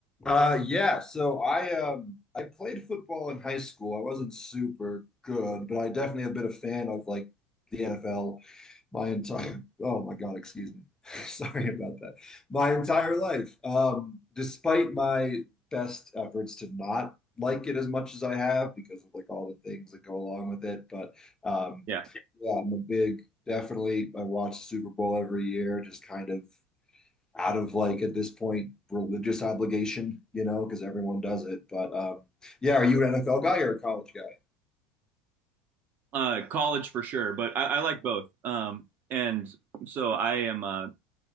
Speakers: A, on the left; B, on the right.
A: Uh, yeah. So I um I played football in high school. I wasn't super good, but I definitely have been a fan of like the NFL my entire. Oh my God, excuse me. <laughs> Sorry about that. My entire life. Um, despite my best efforts to not like it as much as I have because of like all the things that go along with it, but um,
B: Yeah.
A: yeah, I'm a big. Definitely, I watch the Super Bowl every year. Just kind of out of like at this point religious obligation, you know, because everyone does it. But um, yeah, are you an NFL guy or a college guy?
B: Uh, college for sure, but I, I like both. Um, and so I am uh,